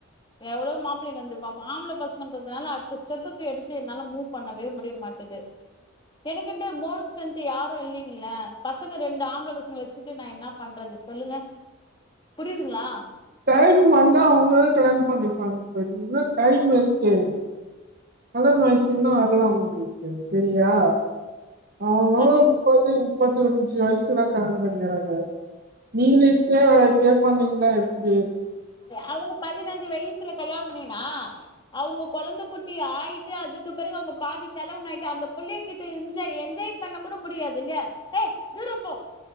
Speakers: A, on the left; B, on the right.
A: எவ்ளோ மாப்பிள்ளைங்க வந்துருப்பாங்க ஆம்பள பசங்கன்ரதுனல ஸ்டெப்புக்கு எடுத்து என்னால மூவ் பண்ணவே முடிய மாட்டேது எனக்க போன் ஸ்டரென்த் யாரும் இல்லைங்கள பசங்க ரெண்டு ஆம்பள பசங்க வச்சுட்டு நான் என்ன பண்றது சொல்லுங்க புரியுதுங்களா
B: டைம் வந்தா அவங்களோ கல்யாணம் பண்ணிப்பாங்க இன்னம் டைம் இருக்கு கல்யாண வயசு இன்னும் வரல அவங்களுக்கு சரியா <unintelligible>
A: கரை
B: முப்பத்த அஞ்சு வயசுல கல்யாணம்பண்ணிக்கறாங்க நீங்க இப்பயே பண்ணீங்கன்னா எப்டி ம்ம்
A: அவங்க பதினஞ்சு வயசுல கல்யாண பண்ணேனா அவங்க குழந்தை குட்டி ஆயிட்டு அதுக்கு அப்புறம் அவங்க பாதி கோழவன் ஆயிட்டு அந்தபுள்ளகிட்டா எஞ்சாய் எஞ்சாய் பண்ண கூட முடியாதுல்லைய ஏய் தூரம் பே